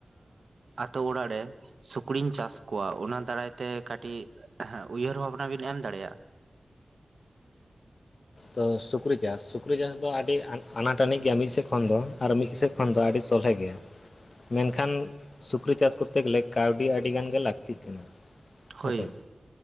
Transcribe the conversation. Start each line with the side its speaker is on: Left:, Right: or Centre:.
Right: ᱟᱛᱳ ᱚᱲᱟᱜ ᱨᱮ ᱾ ᱥᱩᱠᱨᱤᱧ ᱪᱟᱥ ᱠᱚᱣᱟ ᱚᱱᱟ ᱫᱟᱨᱟᱭ ᱛᱮ ᱠᱟᱹᱴᱤᱡ ᱩᱭᱦᱟᱹᱨ ᱵᱷᱟᱵ ᱱᱟ ᱵᱤᱱ ᱮᱢ ᱫᱟᱲᱮᱭᱟᱜᱼᱟ ᱾
Left: ᱛᱚ ᱥᱩᱠᱨᱤ ᱪᱟᱥ ᱥᱩᱠᱨᱤ ᱪᱟᱥ ᱫᱚ ᱟᱹᱰᱤ ᱟᱱᱟᱴ ᱟᱹᱱᱤᱡ ᱜᱮᱭᱟ ᱢᱤᱫ ᱥᱮᱫ ᱠᱷᱚᱱ ᱫᱚ ᱾ ᱟᱨ ᱢᱤᱫ ᱥᱮᱫ ᱠᱷᱚᱱ ᱫᱚ ᱟᱹᱰᱤ ᱥᱚᱞᱦᱮ ᱜᱮᱭᱟ ᱾ ᱢᱮᱱᱠᱷᱟᱱ ᱥᱩᱠᱨᱤ ᱪᱟᱥ ᱠᱚᱨᱛᱮ ᱜᱮᱞᱮ ᱠᱟᱹᱣᱰᱤ ᱟᱹᱰᱤ ᱜᱟᱱ ᱜᱮ ᱞᱟᱹᱠᱛᱤᱜ ᱠᱟᱱᱟ ᱾
Right: ᱦᱳᱭ
Left: ᱦᱮᱸᱥᱮ